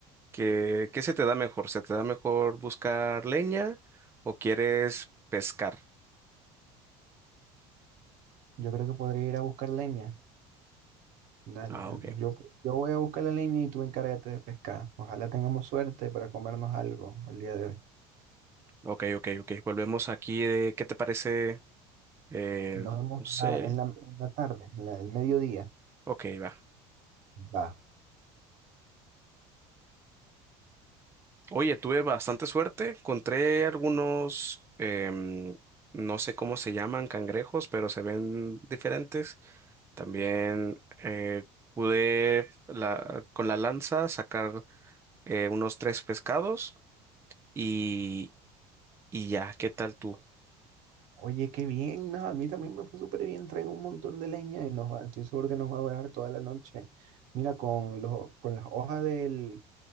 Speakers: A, on the right; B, on the right.
A: ¿Qué, qué se te da mejor? ¿Se te da mejor buscar leña o quieres pescar?
B: Yo creo que podría ir a buscar leña. Dale,
A: Ah, ok.
B: yo, yo voy a buscar la leña y tú encárgate de pescar. Ojalá tengamos suerte para comernos algo el día de hoy.
A: Ok, ok, ok. Volvemos aquí de qué te parece, eh,
B: Nos vemos
A: no sé.
B: en la, en la- en la tarde, en la- el mediodía.
A: Ok, va.
B: Va.
A: Oye, tuve bastante suerte. Encontré algunos, em, no sé cómo se llaman, cangrejos, pero se ven diferentes. También eh, pude la- con la lanza sacar eh, unos tres pescados y, y ya, ¿qué tal tú?
B: Oye, qué bien, no, a mí también me fue súper bien. Traigo un montón de leña y nos va, estoy seguro que nos va a durar toda la noche. Mira, con, los con las hojas del,